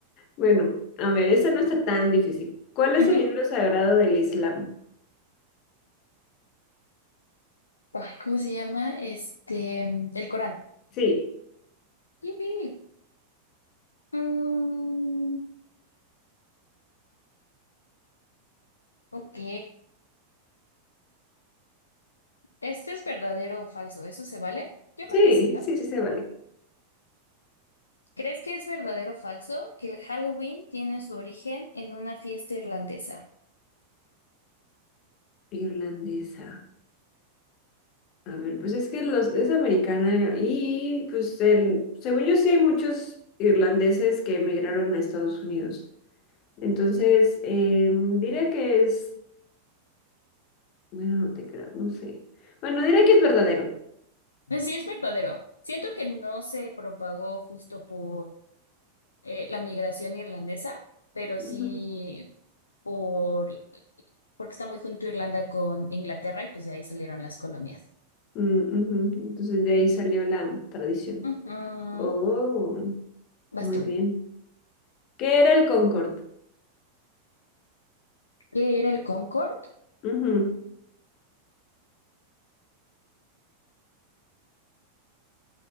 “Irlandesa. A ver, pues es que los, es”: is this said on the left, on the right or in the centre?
Left